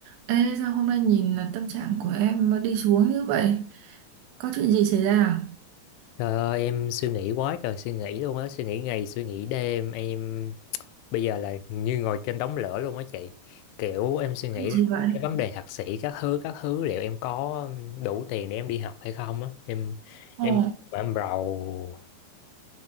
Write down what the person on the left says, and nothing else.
Trời ơi em suy nghĩ quá trời suy nghĩ luôn á Suy nghĩ ngày suy nghĩ đêm Em bây giờ là như ngồi trên đống lửa luôn á chị Kiểu em suy nghĩ
là
cái vấn đề thạc sĩ các thứ các thứ Liệu em có đủ tiền để em đi học hay không á Em
em em rầu